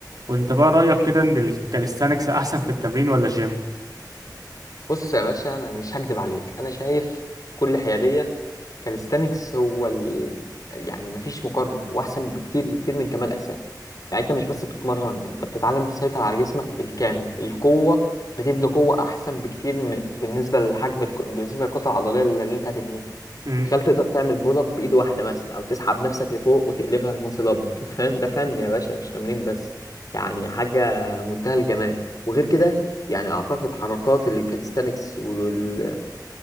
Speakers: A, on the right; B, on the left.
A: وانت بقى رأيك كده ان الكاليستانكس احسن في التمرين ولا الجيم
B: بص يا باشا انا مش هكدب عليك انا شايف كل حياديه كاليستانكس هو ال... يعني مفيش مقارنه هو احسن بكتير بكتير من كمال اجسام يعني انت مش بس بتتمرن انت بتتعلم تسيطر على جسمك بالكامل القوه بتبني قوه احسن بكتير م... بالنسبه للحجم الك... بالنسبه للكتله العضليه اللي انت هتبنيها
A: مم.
B: تخيل تقدر تعمل بول اب بايد واحده مثلا او تسحب نفسك لفوق وتقلبها الماسل اب <laughs> فاهم ده فن يا باشا مش تمرين بس يعني حاجه منتهى الجمال وغير كده يعني اعتقد حركات الكاليستانكس وال...